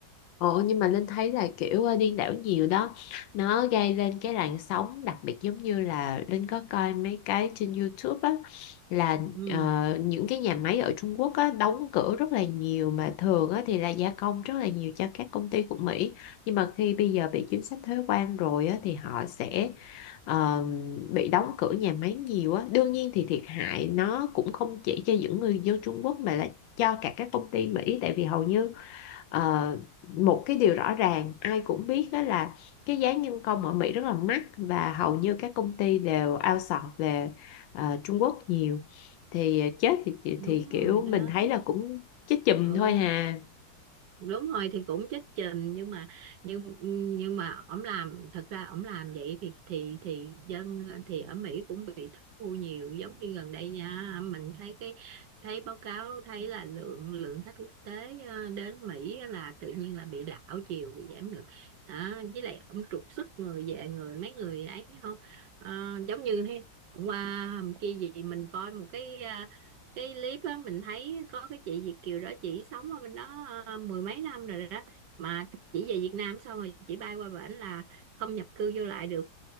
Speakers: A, on the left; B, on the right.
A: Ồ, nhưng mà Linh thấy là kiểu ờ, điên đảo nhiều đó Nó gây lên cái làn sóng Đặc biệt giống như là Linh có coi mấy cái trên YouTube á Là
B: ừ
A: ờ, những cái nhà máy ở Trung Quốc á Đóng cửa rất là nhiều Mà thường á thì là gia công rất là nhiều Cho các công ty của Mỹ Nhưng mà khi bây giờ bị chính sách thuế quan rồi á Thì họ sẽ ờ, bị đóng cửa nhà máy nhiều á Đương nhiên thì thiệt hại nó cũng không chỉ cho những người dân Trung Quốc Mà là cho cả các công ty Mỹ Tại vì hầu như Ờ, một cái điều rõ ràng ai cũng biết đó là cái giá nhân công ở Mỹ rất là mắc và hầu như các công ty đều outsource về ờ, Trung Quốc nhiều thì ờ, chết thì, thì
B: đúng
A: thì kiểu
B: rồi đó
A: mình thấy là cũng chết chùm
B: ừ,
A: thôi hà
B: đúng rồi thì cũng chết chìm nhưng mà nhưng nhưng mà ổng làm thật ra ổng làm vậy thì thì thì dân thì ở Mỹ cũng bị thất thu nhiều giống như gần đây nha mình thấy cái thấy báo cáo thấy là lượng lượng khách quốc tế ờ, đến Mỹ là tự nhiên là bị đảo chiều bị giảm ngược à, với lại ổng trục xuất người về người mấy người ấy không Ờ, giống như hay, hôm qua hôm kia gì mình coi một cái ờ, cái clip á mình thấy có cái chị Việt kiều đó chị sống ở bên đó ờ, mười mấy năm rồi đó mà chị về Việt Nam xong rồi chị bay qua bển là không nhập cư vô lại được